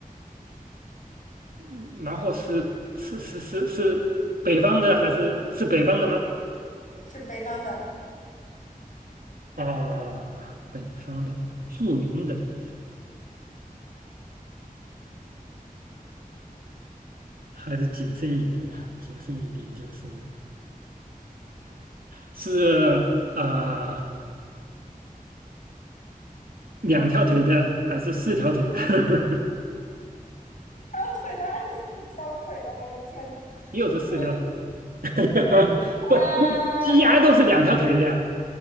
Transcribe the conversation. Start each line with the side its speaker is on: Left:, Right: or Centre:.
Right: 嗯然后是是是是是北方的还是是北方的吗？
Left: 是北方的。
Right: 啊，北方的著名的，还是谨慎一点吧，谨慎一点就是是啊、呃两条腿的还是四条腿的？<laughs>
Left: 条腿的二是四条腿的，我的天呐，
Right: 又是四条腿的，
Left: 嗯
Right: <laughs>
Left: 啊，
Right: 不，鸡鸭都是两条腿的呀。